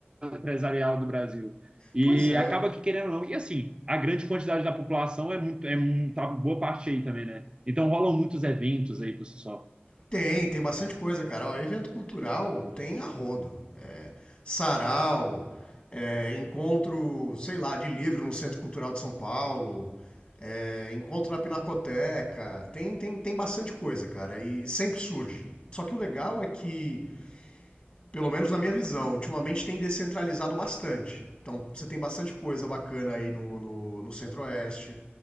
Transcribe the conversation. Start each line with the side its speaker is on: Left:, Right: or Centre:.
Right: empresarial do Brasil. E
Left: Pois é.
Right: acaba que querendo ou não, e assim, a grande quantidade da população é muito, é um, tá boa parte aí também, né? Então rolam muitos eventos aí por si só.
Left: Tem, tem bastante coisa, cara. Ó, evento cultural tem a rodo. É, sarau, é, encontro, sei lá, de livro no Centro Cultural de São Paulo, é, encontro na Pinacoteca. Tem, tem, tem bastante coisa, cara. E sempre surge. Só que o legal é que, pelo menos na minha visão, ultimamente tem descentralizado bastante. Então você tem bastante coisa bacana aí no, no, no Centro-Oeste.